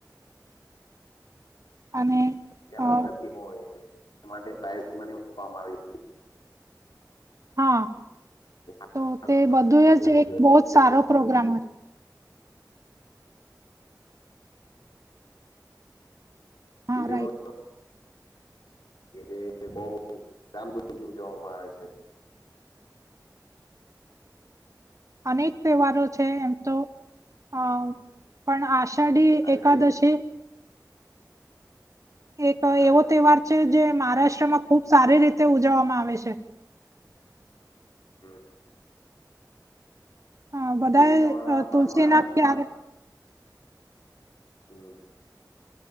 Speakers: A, on the right; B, on the left.
A: અને
B: અલગ
A: અ
B: હોય છે એ પ્રાઈઝ મની મૂકવામાં આવી.
A: હા
B: છે.
A: તો તે બધું
B: હાઈ
A: જ
B: અને
A: એક બો જ સારો
B: એ આ
A: પ્રોગ્રામ
B: બે
A: હોય.
B: બીજો
A: હા
B: <inaudible> <inaudible> જે બઉ ધામધૂમથી ઉજવવામાં આવે છે.
A: અનેક તહેવારો છે એમ તો અ પણ આશ ષાઢી
B: આઈ
A: એકાદશી
B: થિંક
A: એક
B: આઈ
A: એવો તહેવાર છે જે મહારાષ્ટ્રમાં ખૂબ સારી રીતે ઉજવવામાં આવે છે.
B: હમ્મ.
A: હ બધાં
B: તમારા આપણા
A: તુલસીના
B: મહારાષ્ટ્રમાં
A: ક્યા
B: હમ